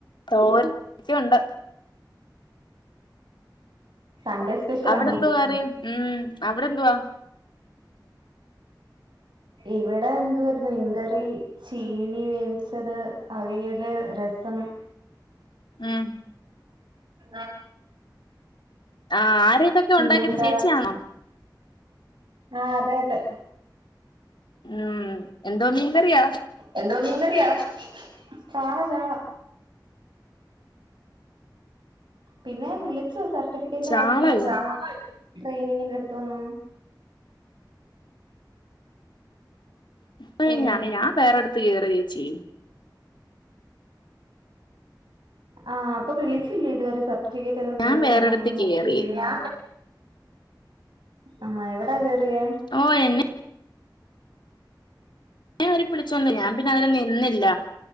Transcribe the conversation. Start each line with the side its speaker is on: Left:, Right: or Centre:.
Left: തോര് ഇപ്പുണ്ട്
Right: സൺഡേ സ്പെഷ്യൽ
Left: അവിടെന്തുവ
Right: ആണോ ചിക്കൻ
Left: കറി ഉം അവിടെന്തുവ
Right: ഇവിടെ എന്തുവാരുന്നു മീൻകറി ചീനി വേവിച്ചത് അവിയല് രസം
Left: ഉം
Right: ആഹ്
Left: ആഹ് ആരാ ഇതൊക്കെ
Right: പിന്നെന്താ
Left: ഉണ്ടാക്കിയത് ചേച്ചിയാണോ
Right: ആഹ് അതെ അതെ
Left: ഉം എന്തോ മീൻക്കറിയ
Right: എന്തോ മീൻക്കറിയാ ചാള ചാള പിന്നെ വിളിച്ചോ സർട്ടിഫിക്കന്റെ
Left: ചാളയോ
Right: കാര്യത്തിന് വല്ലോ ട്രെയിനിങ്ങിന്റെ അടുത്തുന്ന്
Left: ഇപ്പ
Right: ഏ
Left: ഞൻ ഞാൻ വേറെടുത്ത് കേറി ചേച്ചി
Right: ആഹ് അപ്പൊ വിളിച്ചില്ലേ ഇതുവരെ സർട്ടിഫിക്കറ്റ് എന്ന് തരുമന്ന്
Left: ഞാൻ വേറെടുത്ത്
Right: പറഞ്ഞൊന്നും ഹോസ്പിറ്റലിന്ന്
Left: കേറി
Right: ആഹ് എവിടാ കേയറിയെ
Left: ഓ എന്ന നേ അവര് വിളിച്ചൊന്നു ഞാൻ പിന്നെ അങ്ങനെ നിന്നില്ല